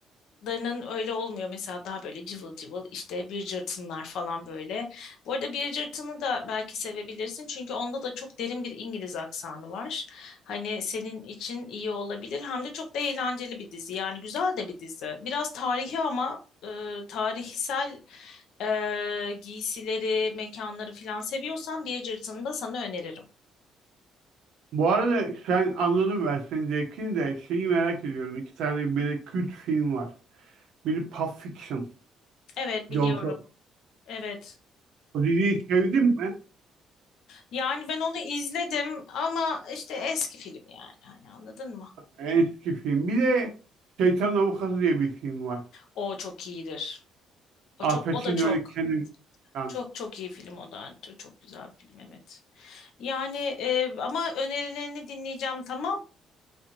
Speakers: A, on the left; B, on the right.
A: larının öyle olmuyor. Mesela daha böyle cıvıl cıvıl işte bir cırtınlar falan böyle. Bu arada bir cırtını da belki sevebilirsin. Çünkü onda da çok derin bir İngiliz aksanı var. Hani senin için iyi olabilir. Hem de çok da eğlenceli bir dizi. Yani güzel de bir dizi. Biraz tarihi ama e, tarihsel e, giysileri, mekanları falan seviyorsan bir cırtını da sana öneririm.
B: Bu arada sen anladım ben senin zevkini de şeyi merak ediyorum. İki tane biri kült film var. Biri Pulp Fiction.
A: Evet biliyorum.
B: John Travolta.
A: Evet.
B: O diziyi sevdin mi?
A: Yani ben onu izledim ama işte eski film yani. Hani anladın mı?
B: En eski film. Bir de Şeytan Avukatı diye bir film var.
A: O çok iyidir. O
B: Al
A: çok
B: Pacino
A: o da çok
B: öyle kendini tutan.
A: çok çok iyi film o da. Yani Çok, çok güzel bir film evet. Yani e, ama önerilerini dinleyeceğim tamam.